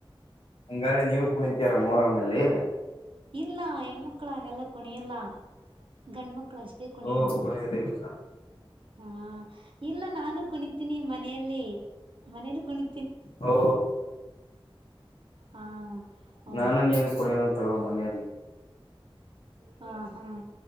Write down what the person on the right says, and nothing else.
ಇಲ್ಲ ಹೆಣ್ಮಕ್ಳು ಹಾಗಿಲ್ಲ ಕುಣಿಯಲ್ಲ ಗಂಡ್ಮಕ್ <unintelligible> ಳಷ್ಟೇ ಕುಣಿಯದು
ಹ ಇಲ್ಲ ನಾನು ಕುಣಿ <unintelligible> ನಿ ಮನೆಯಲ್ಲಿ ಮನಲಿ ಕುಣಿ
ಹಾ. ಹೌದು
ಹಾ ಹಾ